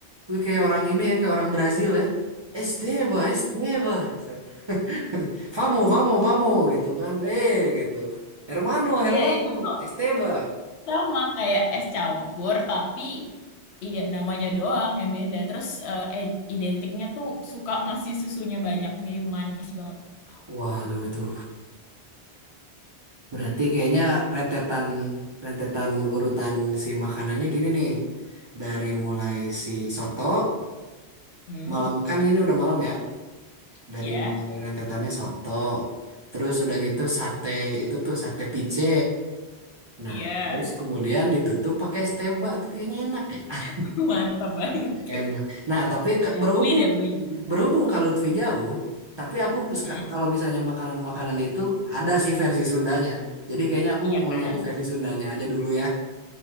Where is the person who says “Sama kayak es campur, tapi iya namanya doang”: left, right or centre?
Left